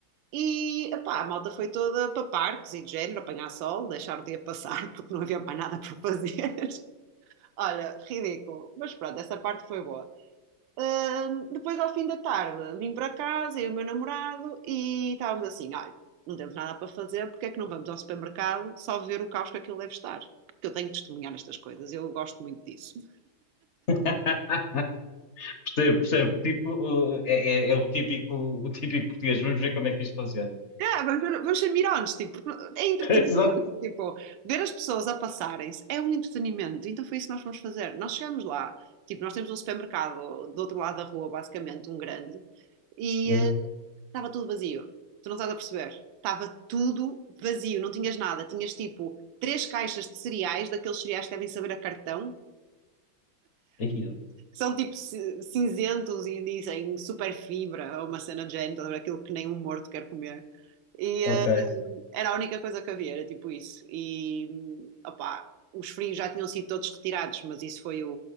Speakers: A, on the right; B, on the left.
A: e epá, a malta foi toda para parques e de género, apanhar sol, deixar o dia passar <laughs> porque não havia mais nada para fazer. <laughs> Olha, ridículo. Mas pronto, essa parte foi boa. Ahm, depois, ao fim da tarde, vim para casa, eu e o meu namorado, e estávamos assim: olha, não temos nada para fazer, porque é que não vamos ao supermercado só ver o caos que aquilo deve estar? Porque eu tenho de testemunhar estas coisas, eu gosto muito disso.
B: <laughs> Percebo, percebo. Tipo, uh, é, é- é o típico, o típico português. Vamos ver como é que isto funciona.
A: Yeah, vamos, ver, vamos ser mirões, tipo, é entretenimento,
B: <laughs> Exato.
A: tipo, ver as pessoas a passarem-se é um entretenimento, então foi isso que nós fomos fazer. Nós chegamos lá, tipo, nós temos um supermercado do outro lado da rua, basicamente, um grande, e
B: Uhum.
A: eh, estava tudo vazio, tu não estás a perceber, estava tudo vazio, não tinhas nada, tinhas tipo três caixas de cereais, daqueles cereais que devem saber a cartão,
B: Aí,
A: que são tipo ci- cinzentos e dizem super fibra, ou uma cena de género, estás a ver? aquilo que nem um morto quer comer. E,
B: Ok,
A: eh, Era a única coisa que havia, era tipo isso. E, opá, os frios já tinham sido todos retirados, mas isso foi o,